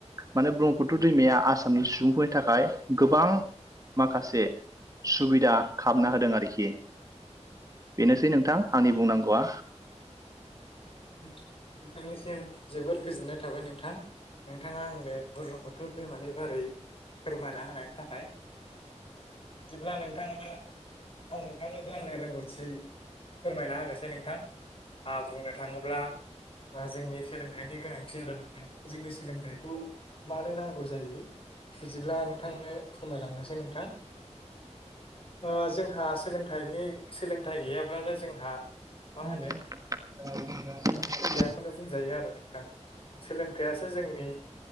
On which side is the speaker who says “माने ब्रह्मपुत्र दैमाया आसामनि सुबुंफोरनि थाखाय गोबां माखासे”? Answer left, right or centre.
Right